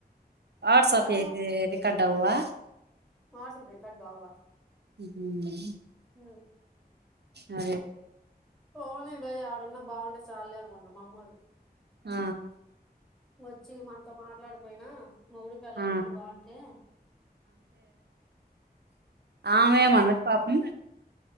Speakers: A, on the right; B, in the centre.
A: వాట్సాప్
B: ఏమో
A: అయితే రికార్డ్ అవవా
B: వాట్సాప్ రికార్డ్ అవ్వవు
A: హ
B: ఆ
A: ఆ
B: ఫొనే చెయ్య ఇడ ఆడున్నా బాగుంటే సల్లే అనుకుంటారు మామ్మూల్లు
A: ఆ
B: వచ్చి మనతో మాట్లాడిపోయినా మొగుడు పెళ్ళాలు
A: ఆ
B: ఇద్దరు బాగుంటె
A: ఆమె ఏమన్నది పాపము